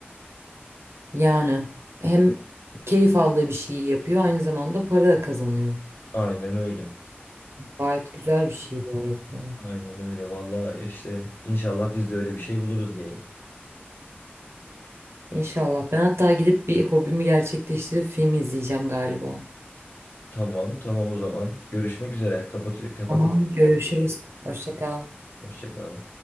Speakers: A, on the right; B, on the left.
A: Yani hem keyif aldığı bir şeyi yapıyor aynı zamanda para da kazanıyor.
B: Aynen öyle.
A: Gayet güzel bir şey bu arada.
B: Aynen öyle. Vallahi işte inşallah biz de öyle bir şey buluruz diyelim.
A: İnşallah. Ben hatta gidip bir hobimi gerçekleştirip film izleyeceğim galiba.
B: Tamam, tamam o zaman. Görüşmek üzere. Kapat kapatalım.
A: Tamam görüşürüz. Hoşça kal.
B: Hoşça kal.